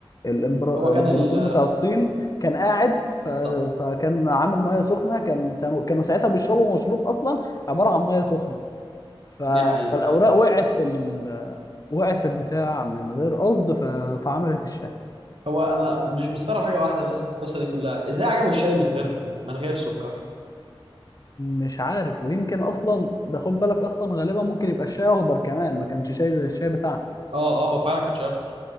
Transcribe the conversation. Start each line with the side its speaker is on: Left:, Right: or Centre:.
Left: الامبرا...
Right: هو كان
Left: الامبراطور
Right: ال...
Left: بتاع الصين كان قاعد ف...
Right: ده
Left: فكان عامل ميه سخنه كان سنو... كانوا ساعتها بيشربوا مشروب اصلا عباره عن ميه سخنه ف...
Right: دي حقيقه
Left: فالاوراق
Right: فعلا
Left: وقعت في ال... وقعت في البتاع من غير قصد ف... فعملت الشاي
Right: هو انا مش مستغرب حاجه واحده بس في القصه دي كلها ازاي عجبه الشاي من غير من غير سكر
Left: مش عارف ويمكن اصلا ده خد بالك اصلا غالبا ممكن يبقى الشاي اخضر كمان ما كانش شاي زي الشاي بتاعنا
Right: اه اه هو فعلا كان شاي افضل